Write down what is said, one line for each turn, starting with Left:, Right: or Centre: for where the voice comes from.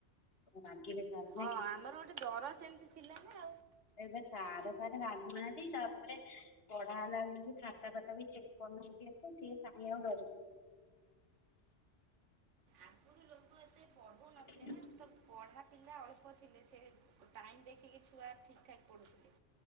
Left: ରାଗିବେ
Right: ହଁ
Left: କି
Right: ଆମର ଗୋଟେ ଡର ସେମିତି ଥିଲା ନା ଆଉ।
Left: ଏବେ ସାର ଫାରେ ରାଗୁନାହାନ୍ତି। ତାରେ ପଢା ହେଲା ବେଳେ ବି ଖାତା ଫାତା ବି ଚେକ୍ କରିନାହାନ୍ତି ଏ ତ ସିଏ କାଇଁ ଆଉ ଡରନ୍ତି।
Right: ଆଗରୁ ଲୋକ ଏତେ ପଢ଼ଉନଥିଲେ
Left: ହ।
Right: ନା ତ ପଢ଼ା ପିଲା ଅଳ୍ପ ଥିଲେ ସେ ଟାଇମ ଦେଖିକି ଛୁଆ ଠିକ ଠାକ ପଢୁଥଲେ।